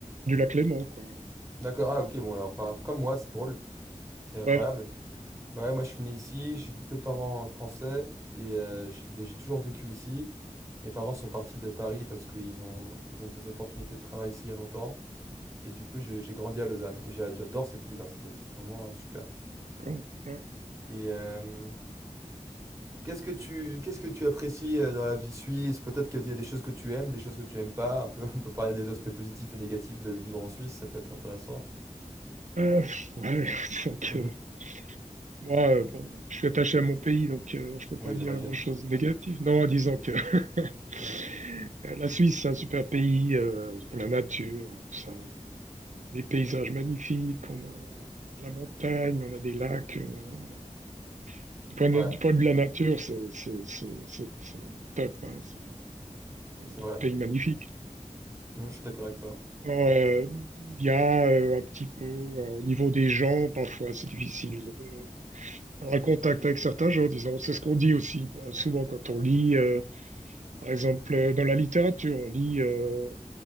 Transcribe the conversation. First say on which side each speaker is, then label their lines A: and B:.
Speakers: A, on the right (about 70°); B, on the right (about 20°).
A: du lac Léman, quoi.
B: d'accord, ah ok bon alors par- comme moi c'est drôle, c'est incroyable.
A: Ouais,
B: Bah ouais moi je suis né ici, j'ai deux parents français et euh, j'ai- mais j'ai toujours vécu ici. Mes parents sont partis de Paris parce qu'ils ont ils ont eu des opportunités de travail ici il y a longtemps. Et du coup, j'ai grandi à Lausanne et j'ai- j'adore cette ville, hein, c'était vraiment euh, super.
A: d'accord. Ouais.
B: Et euh, qu'est-ce que tu qu'est-ce que tu apprécies euh, dans la vie suisse? Peut-être qu'il y a des choses que tu aimes, des choses que tu aimes pas. Un peu, <laughs> on peut parler des aspects positifs et négatifs de vivre en Suisse, ça peut être intéressant. <laughs>
A: Euh, ouais, <laughs> donc,
B: Mhm.
A: euh, Moi, euh, bon, je suis attaché à mon pays, donc euh, je peux pas
B: Oui, j'imagine.
A: dire grand-chose
B: <laughs>
A: de négatif. Non, disons que <laughs>
B: Mhm.
A: la Suisse, c'est un super pays euh, pour la nature, tout ça. On a vraiment des paysages magnifiques, on a, on a de la montagne, on a des lacs. on a vraiment... du, point de,
B: Ouais,
A: du point de vue de la nature, c'est c'est- c'est- c'est- c'est vraiment top. hein, C'est
B: c'est
A: un
B: vrai.
A: pays magnifique.
B: Mhm, Je suis d'accord avec toi.
A: Non, euh, Il y a euh, un petit peu, euh, au niveau des gens, parfois c'est difficile. avoir un contact avec certains gens, disons. C'est ce qu'on dit aussi bah, souvent quand on lit, euh, par exemple, euh, dans la littérature, on lit euh,